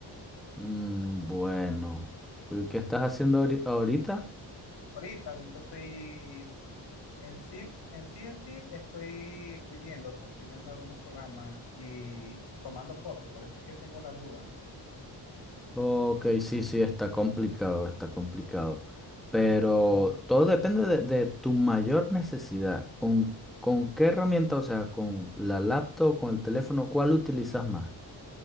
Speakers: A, in the centre; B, on the left.
A: Mm, bueno, ¿qué qué estás haciendo ahori- ahorita?
B: Ahorita, ahorita estoy En sí, en sí, en sí, estoy escribiendo, transcribiendo algunos programas y s- tomando fotos, por eso es que tengo las dudas.
A: Ok, sí, sí, está complicado, está complicado. Pero todo depende de, de tu mayor necesidad. ¿Con, con qué herramienta? O sea, ¿con la laptop, con el teléfono? ¿Cuál utilizas más?